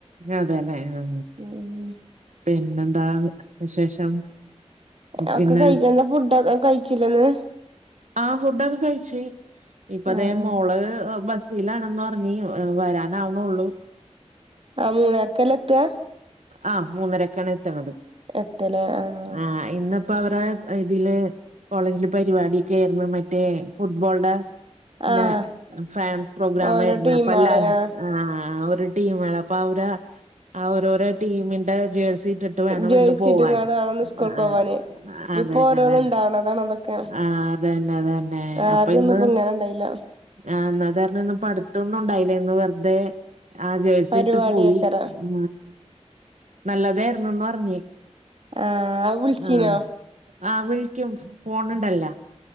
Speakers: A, on the right; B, on the right.
A: അതെന്നെ ഹ്
B: ഉം
A: പിന്നെന്താ വിശേഷം
B: ഒക്കെ
A: പിന്നെ
B: കഴിച്ച് എന്ന ഫുഡൊക്കെ കഴിച്ചിലെ ന്ന്
A: ആ ഫുഡൊക്കെ കഴിച്ച് ഇപ്പതേ
B: ആഹ്
A: മോള് അ ബസ്സിലാണെന്നർഞ്ഞി എ വരാനാവെനോള്ളൂ
B: ആഹ് വർക്കലത്തുവാ
A: അ മൂന്നരക്കാണ് എത്ത്ണത്
B: എത്തലേ ആഹ്
A: ആ ഇന്ന്. പ്പവരെ ക് ഇതില് കോളേജില് പരിവാടിക്കെരുന്നു മറ്റേ ഫുട്ബോൾടെ.
B: ആഹ്
A: ന്ന് ഫാൻസ് പ്രോഗ്രാം
B: ഓരോ
A: അരുന്ന്
B: ടീമാള്
A: അപ്പല്ലേ
B: ആഹ്
A: ആ ആ ഒരു ടീമാണ് അപ്പൊ അവരെ ആ ഓരോരോ ടീമിന്റെ ജേഴ്സി ട്ട്ട്ട് വേണം
B: ജേഴ്സിട്ട്ങ്ങാണ്ട്
A: ഇന്ന് പോവാന്
B: വേണം സ്കൂൾക്ക്
A: ആ
B: പോവാന്
A: അതെന്നെ
B: ഇപ്പൊ
A: അതെൻ
B: <unintelligible>
A: ആ അതെന്നെ അതെന്നെ
B: ആദ്യൊന്നും
A: അപ്പൊ ഇന്ന്
B: ഇപ്പ ഇങ്ങനെ ഇണ്ടായില്ല
A: ആ ന്ന അതരണം ന്ന് പഠ്ത്തൊന്നു ണ്ടായിലെയ്ന്നു. ന്ന് വെർതെ ആ ജേഴ്സിട്ട്
B: പരിപാടിയക്കറ
A: പോയി. ആ നല്ലതായിരുന്നുന്ന് പറഞ്ഞേ
B: ആഹ് അത് വിളിച്ചീനോ
A: ആ ആഹ് വിളിക്കും ഫോണിണ്ടല്ല